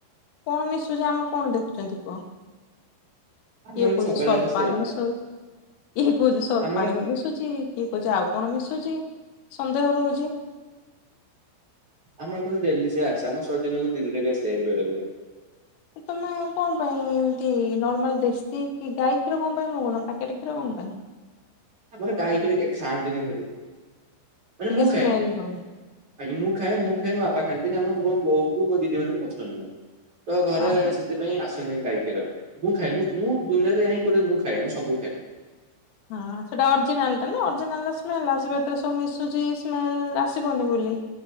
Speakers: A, on the left; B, on the right.
A: କଣ ମିଶୁଛି ଆମେ କଣ ଦେଖୁଛନ୍ତି କୁହ।
B: ଆମର
A: କିଏ କହୁଚି
B: ସବୁବେଳେ
A: ସର୍ଫ
B: ଆସେ ସେୟା
A: ପାଣି ମିସଉଛି। କିଏ କହୁଛି ସର୍ଫ
B: ଆମର
A: ପାଣି ମିଶୁଛି କିଏ କହୁଛି ଆଉ କଣ ମିଶୁଛି ସନ୍ଦେହ ରହୁଛି।
B: ଆମର କିନ୍ତୁ ଡ଼େଲୀ ସେଆ ଆସେ ଆମର ସର୍ଦିନକୁ ଡେଲିରେ ବି ଆସ ବେଳେ ବେଳେ।
A: ତମେ କଣ ପାଇଁ ଏମିତି ନର୍ମାଲ ଦେଶୀ କି ଗାଈ କ୍ଷୀର କଣ ପାଇଁ ମଗଉନ ପ୍ୟାକେଟ୍ କ୍ଷୀର କଣ ପାଇଁ?
B: ଆମର ଗାଈକ୍ଷୀର କେହି ଖାଆନ୍ତି ନି ଘରେ, ମାନେ
A: ଟିକେ
B: ମୁଁ ଖାଏ।
A: ସ୍ମେଲ ହଉ
B: ଆଜ୍ଞା ମୁଁ ଖାଏ ମୁଁ ଖାଏ ମୋ ବାପା ଖାଆନ୍ତି ଆ ମୋ ବୋଉ କ ମୋ ଦିଦି ମାନଙ୍କୁ ପସନ୍ଦ ନୁହେଁ ତ ଘରେ।
A: ହଁ ସେ
B: ସେଥିପାଇଁ ଆସେନି ଗାଈ କ୍ଷୀର, ମୁଁ ଖାଏ ମୁଁ ମୁଁ ଦୁନିଆରେ ଯଁ କୋଉଠେ ମୁଁ ଖାଏ ମୁଁ ସବୁ ଖାଏ।
A: ହଁ ସେଇଟା ଅରିଜିନାଲ ଟା ନା ଅରିଜିନାଲ ସ୍ମେଲ ଆସିବ ଏଥିରେ ସ ମିଶୁଛି ସ୍ମେଲ ଆସିବନି ବୋଲି।